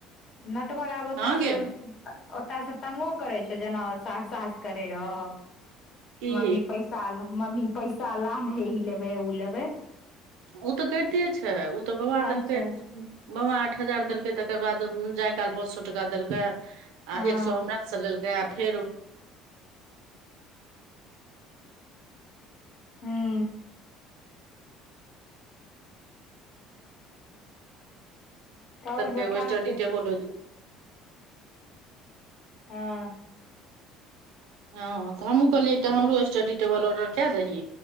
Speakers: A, on the left; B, on the right.
A: Natwar आबै ओतय
B: हँ गे
A: से ओतय से तंगो करै छैय जेना ओ सहरसा स करेै रहौ
B: की
A: मम्मी पैसा मम्मी पैसा ला गै ई लेबै उ लेबै
B: उ तऽ करिते छैय उ तऽ बौआ देलकैय
A: अच्छा
B: बैआ आठ हजार देलकै तकर बाद जाय काल पांच सौ टका देलकैय आ
A: हँ
B: एक सौ हमरा स लेल तऽ फेर
A: हूँ
B: <unintelligible>
A: और बच्चा सबके ह ऽ
B: ह तऽ हमहू कहलियै एकटा हमरो स्टडी टेबल ऑर्डर कए दही